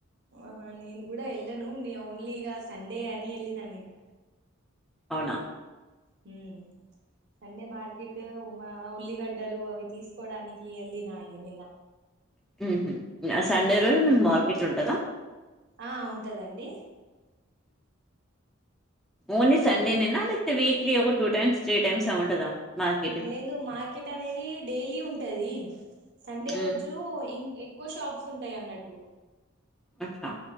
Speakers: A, on the right (about 55°); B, in the centre.
A: ఆహా నెన్ కూడా ఏళ్ళను ఓన్లీ ఈగా సండే అని ఎల్లిన నిన్న
B: అవునా
A: హ్మ్మ్ సండే మార్కెట్ ఉ ఉల్లిగడ్ డ్డలు అవి తీసుకోవడానికి వెళ్ళిన నిన్న
B: ఉహు సండే
A: డైలీ
B: రోజు మీకు మార్కెట్ ఉంటదా
A: ఆ ఉంటదండి
B: ఓన్లీ సండే నేనా లైతే వీక్లీ ఒక టూ టైమ్స్ త్రీ టైమ్స్ అ ఉంటదా మార్కెట్
A: లేదు మార్కెట్ అనేది డైలీ ఉంటది సండే
B: హ్మ్
A: రోజు ఇం ఎక్కువ షాప్స్ ఉంటాయి అన్నట్టు
B: అచ్చా